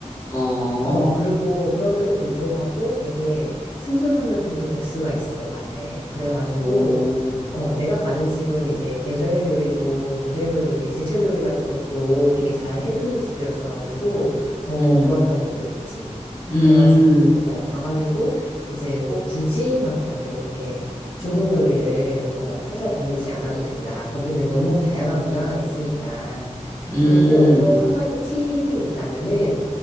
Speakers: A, on the left; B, on the left.
A: 어,
B: 어, 그리고 그럼에도 불구하고 되게 슴슴하면서도 뎁스가 있어, 맛에. 그래가지고,
A: 어,
B: 어, 내가 가는 집은 이제 계절 요리도, 계절별로 이렇게 제철 요리 같은 것도 되게 잘 해주는 집이었어가지고 더
A: 음,
B: 좋았던 것도 있지.
A: 음,
B: 그래가지고, 어, 가가지고 이제 꼭 굳이 막 나는 이렇게 중국 요리를, 어, 찾아다니지 않아도 된다. 거기는 너무 다양한 문화가 있으니까.
A: 음.
B: 그리고 또 한 가지 팁이 있다면은